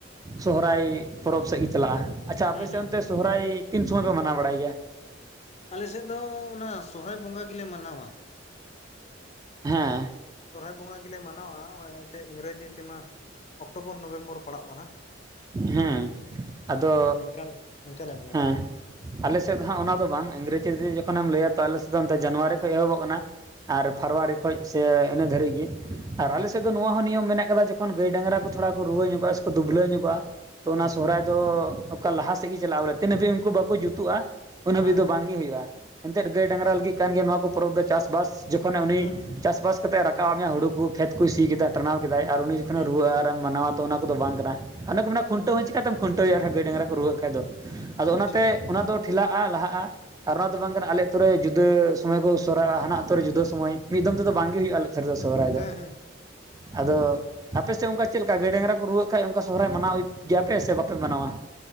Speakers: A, on the right; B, on the left.
A: ᱥᱚᱦᱚᱨᱟᱭ ᱯᱚᱨᱚᱵᱽ ᱥᱮᱫ ᱜᱮ ᱪᱟᱞᱟᱜ-ᱟ ᱟᱪᱪᱷᱟ
B: ᱦᱩᱸ
A: ᱟᱯᱮᱥᱮᱫ
B: ᱦᱩᱸ
A: ᱚᱱᱛᱮ
B: ᱦᱩᱸ
A: ᱥᱚᱦᱨᱟᱭ ᱛᱤᱱ ᱥᱚᱢᱚᱭ ᱯᱮ ᱢᱟᱱᱟᱣ ᱵᱟᱲᱟᱭ ᱜᱮᱭᱟ
B: ᱟᱞᱮᱥᱮᱫ ᱫᱚ ᱚᱱᱟ ᱥᱚᱦᱨᱟᱭ ᱵᱚᱸᱜᱟ ᱜᱮᱞᱮ ᱢᱟᱱᱟᱣᱟ
A: ᱦᱮᱸ
B: ᱥᱚᱨᱦᱟᱭ ᱵᱚᱸᱜᱟ ᱜᱮᱞᱮ ᱢᱟᱱᱟᱣᱟ ᱮᱱᱛᱮᱫ ᱤᱝᱨᱮᱡᱤ ᱛᱮᱢᱟ ᱚᱠᱴᱳᱵᱚᱨ ᱱᱚᱵᱷᱮᱢᱵᱚᱨ ᱯᱟᱲᱟᱜ ᱠᱟᱱᱟ᱾
A: ᱦᱮᱸ ᱟᱫᱚ
B: ᱱᱤᱝᱠᱟ ᱱᱤᱝᱠᱟ ᱞᱮ ᱢᱟᱱᱟᱣᱟ
A: ᱦᱮᱸ ᱟᱞᱮ ᱥᱮᱫ ᱫᱚ ᱦᱟᱸᱜ ᱚᱱᱟ ᱫᱚ ᱵᱟᱝ ᱤᱝᱨᱮᱡᱤ ᱛᱮ ᱡᱚᱠᱷᱮᱱ ᱮᱢ ᱞᱟᱹᱭᱟ ᱛᱚ ᱟᱞᱮ ᱥᱮᱫ ᱫᱚ ᱚᱱᱛᱮ ᱡᱟᱱᱩᱣᱟᱨᱤ ᱠᱷᱚᱱ ᱮᱦᱚᱵᱚᱜ ᱠᱟᱱᱟ ᱟᱨ
B: ᱦᱮᱸ
A: ᱯᱷᱟᱨᱣᱟᱨᱤ ᱠᱷᱚᱡ ᱥᱮ ᱤᱱᱟᱹ ᱫᱷᱟᱹᱨᱤᱡ ᱜᱮ ᱟᱨ
B: ᱦᱮᱸ
A: ᱟᱞᱮ ᱥᱮᱫ ᱫᱚ ᱱᱚᱣᱟ ᱦᱚᱸ ᱱᱤᱭᱚᱢ ᱢᱮᱱᱟᱜ ᱟᱠᱟᱫᱟ ᱡᱚᱠᱷᱚᱱ ᱜᱟᱹᱭ ᱰᱟᱝᱨᱟ ᱠᱚ ᱛᱷᱚᱲᱟ ᱠᱚ ᱨᱩᱣᱟᱹ ᱧᱚᱜᱚᱜ-ᱟ ᱥᱮ ᱠᱚ ᱫᱩᱵᱽᱞᱟᱹᱣ ᱧᱚᱜᱚᱜ-ᱟ ᱛᱚ ᱚᱱᱟ
B: ᱦᱮᱸ
A: ᱥᱚᱦᱨᱟᱭ ᱫᱚ ᱚᱠᱟ ᱞᱟᱦᱟ ᱥᱮᱫ ᱜᱮ ᱪᱟᱞᱟᱜ-ᱟ ᱵᱚᱞᱮ ᱛᱤᱱ ᱦᱟᱹᱵᱤᱡ ᱩᱱᱠᱩ ᱵᱟᱠᱚ ᱡᱩᱛᱩᱜ-ᱟ ᱩᱱ ᱦᱟᱹᱵᱤᱡ
B: ᱦᱮᱸ ᱦᱮᱸ ᱦᱮᱸ
A: ᱫᱚ ᱵᱟᱝᱜᱮ ᱦᱩᱭᱩᱜ-ᱟ ᱮᱱᱛᱮᱫ ᱜᱟᱹᱭ
B: ᱟᱪᱪᱷᱟ
A: ᱰᱟᱝᱨᱟ ᱞᱟᱹᱜᱤᱫ ᱠᱟᱱ ᱜᱮᱭᱟ ᱱᱚᱣᱟ ᱠᱚ ᱯᱚᱨᱚᱵᱽ ᱫᱚ ᱪᱟᱥᱵᱟᱥ ᱡᱚᱠᱷᱚᱱᱮ ᱩᱱᱤ
B: ᱦᱩᱸ
A: ᱪᱟᱥᱵᱟᱥ ᱠᱟᱛᱮ ᱮ ᱨᱟᱠᱟᱵ ᱟᱠᱟᱸᱟᱫ ᱢᱮᱭᱟ ᱦᱩᱲᱩ ᱠᱚ ᱠᱷᱮᱛ ᱠᱚ ᱥᱤ ᱠᱮᱫᱟ ᱴᱟᱱᱟᱣ ᱠᱮᱫᱟᱭ ᱟᱨ ᱩᱱᱤ ᱡᱚᱠᱷᱚᱱᱮ
B: ᱦᱩᱸ
A: ᱨᱩᱣᱟᱹ ᱟᱨᱮ ᱢᱟᱱᱟᱣᱟ᱾ ᱛᱚ ᱚᱱᱟ ᱠᱚᱫᱚ ᱵᱟᱝ ᱠᱟᱱᱟ᱾ ᱚᱱᱟ ᱠᱚ ᱢᱮ ᱠᱷᱩᱱᱴᱟᱹᱣ
B: ᱦᱩᱸ
A: ᱦᱚᱸ ᱪᱤᱠᱟᱛᱮᱢ ᱠᱷᱩᱱᱴᱟᱹᱣ ᱟᱨᱦᱚᱸ ᱜᱟᱹᱭ ᱰᱟᱝᱨᱟ ᱠᱚ ᱨᱩᱣᱟᱹᱜ ᱠᱷᱟᱡ ᱫᱚ ᱟᱫᱚ ᱚᱱᱟᱛᱮ
B: ᱟᱪᱪᱷᱟ
A: ᱚᱱᱟ ᱫᱚ ᱴᱷᱮᱞᱟᱜᱼᱟ ᱞᱟᱦᱟᱜᱼᱟ ᱟᱨ ᱚᱱᱟ ᱫᱚ ᱵᱟᱝ ᱠᱟᱱᱟ ᱟᱞᱮ ᱟᱛᱳ ᱨᱮ ᱡᱩᱫᱟᱹ ᱥᱚᱢᱚᱭ ᱠᱩ ᱥᱚᱨᱦᱟᱭᱚᱜᱼᱟ᱾ ᱦᱟᱱᱟ ᱟᱛᱩᱨ ᱨᱮ ᱡᱩᱫᱟᱹ ᱥᱚᱢᱚᱭ ᱢᱤᱫ ᱫᱚᱢ ᱛᱮᱫᱚ ᱵᱟᱝᱜᱤ
B: ᱦᱩᱸ
A: ᱦᱩᱭᱩᱜᱼᱟ ᱟᱞᱮᱟᱛᱚ ᱨᱮᱫᱚ ᱥᱚᱦᱚᱨᱟᱭ ᱫᱚ᱾
B: ᱦᱮᱸ ᱦᱮᱸ
A: ᱟᱫᱚ ᱟᱯᱮ ᱥᱮᱜ ᱚᱝᱠᱟ ᱪᱮᱜᱞᱮᱠᱟ ᱜᱟᱹᱭ ᱰᱟᱝᱨᱟ ᱠᱩ ᱨᱩᱣᱟᱹᱜ ᱠᱷᱟᱡ ᱚᱱᱠᱟ ᱥᱚᱨᱦᱟᱭ ᱢᱟᱱᱟᱣ ᱦᱩᱭᱩᱜ ᱜᱮᱭᱟᱯᱮ ᱥᱮ ᱵᱟᱯᱮ ᱢᱟᱱᱟᱣᱟ